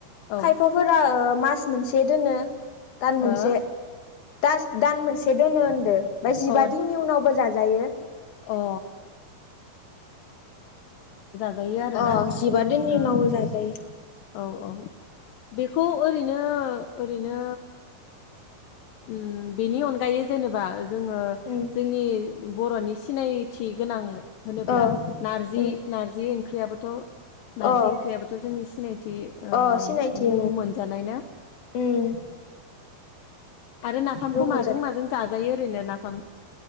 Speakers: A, on the left (about 75°); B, on the left (about 60°).
A: औ
B: खायफाफोरा ओ मास मोनसे दोनो दान
A: हो
B: मोनसे दास मोनसे दोनो ओमफ्राय जिबा
A: अ
B: दिननि उनावबो जाजायो
A: अ जायो आरोना
B: अ जिबा दिननि
A: ओ
B: उनावबो जाजायो
A: औ औ बेखौ ओरैनो ओरैनो उम बेनि अनगायै जेनेबा जोङो
B: उम
A: जोंनि बर'नि सिनायथि गोनां होनोब्ला
B: अ
A: नारजि
B: उम
A: नारजि ओंख्रियाबोथ' नारजि
B: अ
A: ओंख्रियाबोथ' जोंनि थि ओ
B: अ सिनायथि
A: मुं मोनजानाय ना?
B: उम
A: आरो नाफामखौ
B: जों मोनगोन
A: माजों माजों जाजायो ओरैनो नाफाम